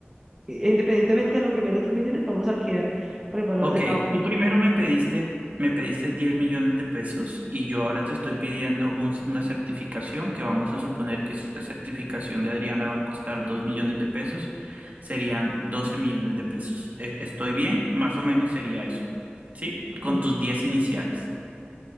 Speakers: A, on the right; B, on the right.
A: eh, independientemente de lo que me dé los dos millones, vamos a quedar por el valor
B: Ok,
A: de la obra.
B: tú primero me pediste, me pediste 10 millones de pesos y yo ahora te estoy pidiendo un- una certificación que vamos a suponer que esa certificación de Adriana va a costar 2 millones de pesos, serían 12 millones de pesos. E- ¿Estoy bien? Más o menos sería eso, ¿sí?
A: Ujú,
B: Con tus 10 iniciales.